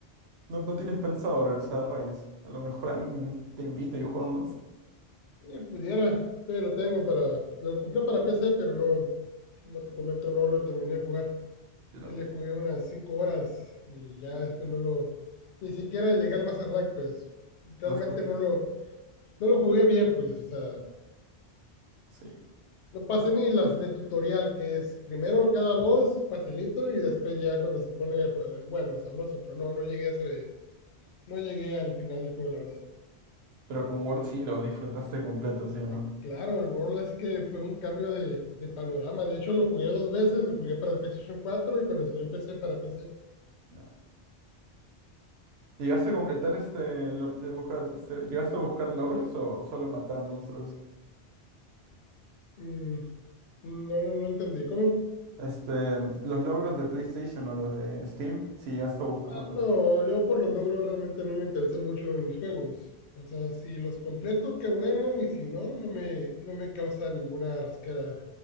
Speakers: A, on the right; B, on the left.
A: No, no tienes pensado regresar a Raid. A lo mejor ahí te invito y jugamos.
B: Eh, pudiera, todavía lo tengo para, lo compré para PC, pero no, como te comento, no lo terminé de jugar.
A: Yo no
B: que le jugué unas 5 horas y ya después no lo, ni siquiera llegué al Master Rank, pues realmente
A: no está.
B: no lo, no lo jugué bien, pues, o sea,
A: Sí.
B: no pasé ni las de tutorial, que es primero cada voz, facilito, y después ya cuando se pone, eh, bueno, sabroso, pero no, no llegué a ese, no llegué al final del juego, la verdad.
A: Pero con Word sí lo disfrutaste completo, ¿sí o no?
B: Eh, Claro, el World es que fue un cambio de, de panorama. De hecho, lo jugué dos veces, lo jugué para el PlayStation 4 y cuando salió en PC para PC.
A: Nah, ¿Llegaste a completar este, lo- de buscar- este, ¿Llegaste a buscar logros o solo matar monstruos?
B: Mm, no, no, no entendí. ¿Cómo?
A: Este, los logros de PlayStation o los de Steam, si llegaste a buscarlos.
B: No, yo por los logros realmente no me interesan mucho en los juegos. O sea, si los completo, qué bueno, y si no, no me, no me causa ninguna rasquera,